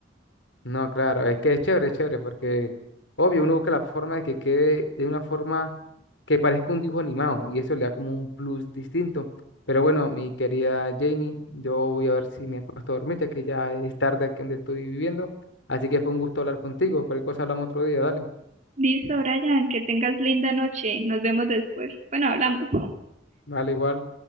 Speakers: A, on the left; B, on the right.
A: No, claro, es que es chévere, es chévere, porque obvio, uno busca la forma de que quede de una forma que parezca un dibujo animado y eso le da como un plus distinto. Pero bueno, mi querida Janie, yo voy a ver si me acuesto a dormir, ya que ya es tarde aquí donde estoy viviendo. Así que fue un gusto hablar contigo. Cualquier cosa hablamos otro día, dale.
B: Listo, Brian, que tengas linda noche. Nos vemos después. Bueno, hablamos.
A: Vale, igual.